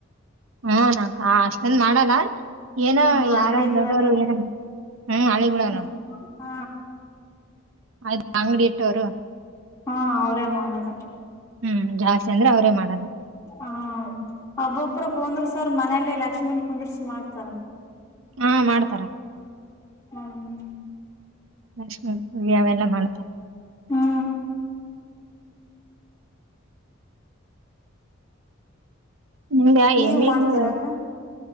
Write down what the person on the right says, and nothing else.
ಹ್ಮ ಅಕ್ಕ ಅಷ್ಟೊಂದ್ ಮಾಡಲ್ಲ ಏನೋ
ಯಾರ
ದೊಡ್ಡೋರು ಏನ ಹ್ಮ <unintelligible>
ನೋಡ್
ಆಯ್ತಾ ಅಂಗಡಿ ಇಟ್ಟೋರು
ಹ್ಮ ಜಾಸ್ತಿ ಅಂದ್ರೆ ಅವ್ರೇ ಮಾಡದು.
ಹಾ ಮಾಡ್ತಾರ ಅಕ್
ಲಕ್ಷೀ. <unintelligible> ಅವೆಲ್ಲ ಮಾಡ್ತಾರೆ.
ನಿಮ್ದ <unintelligible>